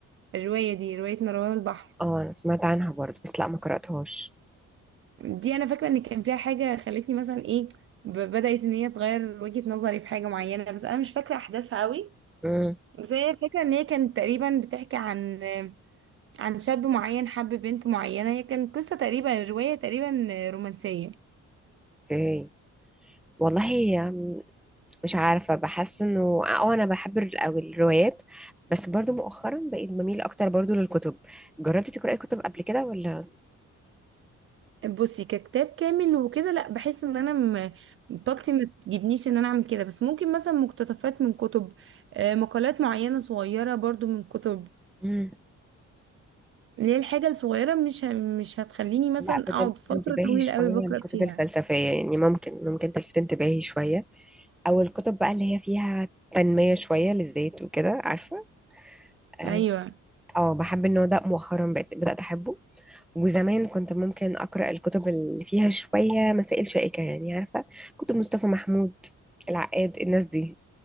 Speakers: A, on the right; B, in the centre.
A: الروايه دي روايه ما رواه البحر
B: اه انا سمعت عنها برضه بس لا ما قراتهاش
A: دي انا فاكره ان كان فيها حاجه خلتني مثلا ايه ب- بدات ان هي تغير وجهه نظري في حاجه معينه بس انا مش فاكره احداثها قوي
B: امم
A: بس هي فاكره ان هي كانت تقريبا بتحكي عن عن شاب معين حب بنت معينه هي كانت قصه تقريبا روايه تقريبا رومانسيه
B: اوكي والله هي مش عارفة بحس انه اه انا بحب ال- او الروايات بس برضو مؤخرا بقيت بميل اكتر برضو للكتب جربتي تقرأي كتب قبل كده ولا
A: بصي ككتاب كامل وكده لا بحس ان انا م... طاقتي ما تجيبنيش ان انا اعمل كده بس ممكن مثلا مقتطفات من كتب آه، مقالات معينة صغيرة برضو من كتب
B: مم.
A: اللي هي الحاجة الصغيرة مش ه... مش هتخليني مثلا
B: لا بتلفت
A: اقعد فترة
B: انتباهي
A: طويلة
B: شوية
A: قوي بقرأ
B: الكتب
A: فيها
B: الفلسفية يعني ممكن ممكن تلفت انتباهي شوية او الكتب بقى اللي هي فيها تنمية شوية للذات وكده عارفة اه
A: ايوه
B: آه، بحب النوع ده مؤخرا بقيت بدأت احبه وزمان كنت ممكن أقرأ الكتب اللي فيها شوية مسائل شائكة يعني عارفة كتب مصطفى محمود العقاد الناس دي